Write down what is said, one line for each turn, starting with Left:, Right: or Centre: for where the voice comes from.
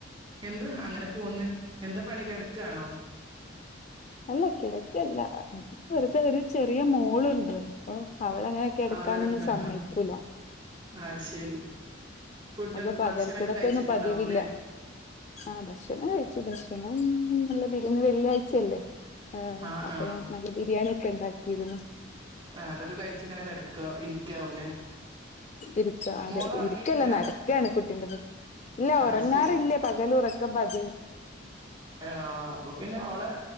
Right: എന്ത് അങ്ങനെ പൊ പോന്ന് എന്താ പണി കൊടക്കാണോ
Left: അല്ല കിടക്കല്ല വെറുതെ ഒരു ചെറിയ മോളുണ്ട് അപ്പൊ അവളങ്ങനെ കെട്ക്കാനൊന്നും
Right: ആളടുത്താ
Left: സമ്മയ്ക്കൂല
Right: ആഹ് ശരി ഫുഡൊക്കെ
Left: അപ്പൊ പകൽ
Right: ഭക്ഷണൊക്കെ
Left: കിടത്തൊന്നും
Right: കഴിച്ചിട്ടുണ്ടാവൂല്ലേ
Left: പതിവില്ല ആഹ് ഭക്ഷണം കഴിച്ചു ഭക്ഷണം നല്ല ബി ഇന്ന് വെള്ളിയാഴ്ചയല്ലേ ഏ
Right: ആഹ്
Left: അപ്പൊ
Right: ആഹ്
Left: ഞാൻ നല്ല ബിരിയാണി ഒക്കെ ണ്ടാക്കിയിരുന്നു
Right: ആഹ് അതൊക്കെ കഴിച്ച് ഇങ്ങനെ കിടക്ക ഇരിക്കാവൂലേ
Left: ഇരിക്ക അതെ
Right: മോള്
Left: അതെ
Right: ഉറങ്ങിയിട്ടില്ല
Left: ഇരിക്കല്ല നടക്കാണ് കുട്ടിന്റെ <unintelligible> ഇല്ല ഉറങ്ങാറില്ല
Right: അത് ശരി
Left: പകലുറക്കം പത്
Right: ആഹ് അപ്പൊ പിന്നെ ഓളെ